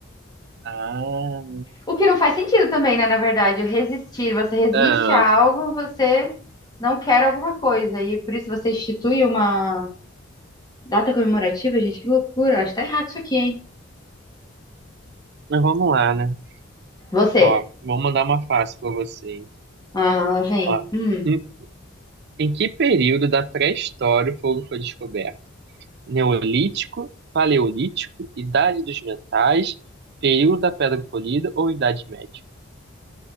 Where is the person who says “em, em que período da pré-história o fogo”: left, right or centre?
Right